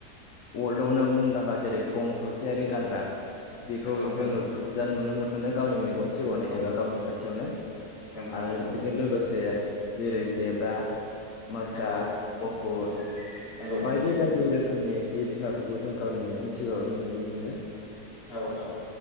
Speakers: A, on the left (about 60°); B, on the left (about 40°).
A: वर्ल्डआवनो मुंदांखा जेरै गं थसेयारि गान्दा बेखौ
B: नंगौ
A: जोङो
B: नंगौ
A: बिखुनजा नुनो मोनो गावनि मे गन सिगाङावनो
B: नंगौ
A: एबा गावनि खाथियावनो
B: नंगौ
A: आरो
B: नंगौ
A: बेजों लोगोसे जेरै जेब्रा, मोसा,
B: नंगौ
A: मुफुर
B: नंगौ नंगौ
A: बायदि
B: नंगौ
A: बायदि रोखोमनि जिब जुनारफोरखौ जों गावनि मेगन सिगाङाव नुनो मोनो
B: औ औ